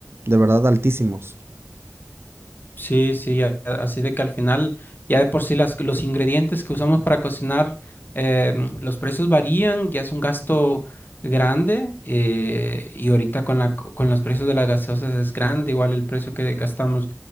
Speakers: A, on the right; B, on the left.
A: de verdad altísimos.
B: Sí, sí, a- a- así de que al final ya de por sí las, los ingredientes que usamos para cocinar, em, los precios varían, ya es un gasto grande eh, y ahorita con la, co- con los precios de las gaseosas es grande, igual el precio que gastamos.